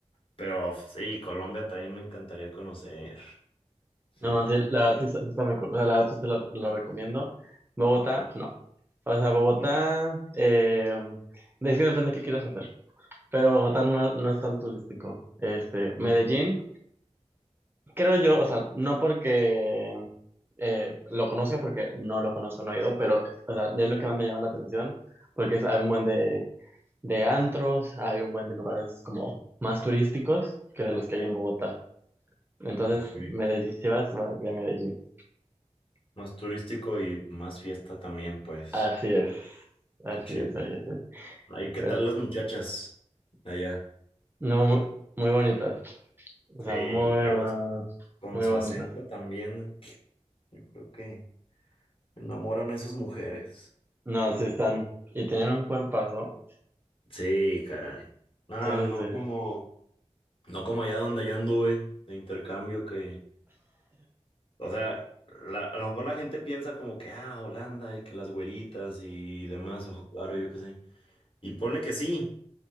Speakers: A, on the left; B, on the right.
A: Pero sí, Colombia también me encantaría conocer. Sí,
B: No, sí, la verdad sí, está- sí está muy cool. O sea, la verdad sí te lo, lo recomiendo. Bogotá, no. O sea, Bogotá,
A: Sí.
B: eh, de es que depende de qué quieras hacer. Pero Bogotá no, no es tan turístico. Este,
A: ¿no?
B: Medellín, creo yo, o sea, no porque eh, lo conozca, porque no lo conozco, no he ido, pero o sea, es lo que más me llama la atención, porque es- hay un buen de, de antros, hay un buen de lugares como más turísticos que de los que hay en Bogotá. Entonces,
A: Ok.
B: Medellín, si vas, vas ve a Medellín.
A: Más turístico y más fiesta también, pues.
B: Así es, así
A: Qué chido.
B: es, así es.
A: Ahí, ¿qué
B: Pero,
A: tal las muchachas de allá?
B: no, muy, muy bonitas. O
A: Sí,
B: sea,
A: y
B: muy,
A: luego
B: muy, muy,
A: con
B: muy
A: su
B: bonitas.
A: acento también, yo creo que enamoran a esas mujeres.
B: No, sí están. Y tienen un cuerpazo.
A: Sí, caray. Ah,
B: Sí,
A: no
B: sí, sí.
A: como. No como allá donde yo anduve de intercambio que, o sea, la- a lo mejor la gente piensa como que, ah, Holanda y que las güeritas y demás, ojo claro, yo qué sé. Y ponle que sí,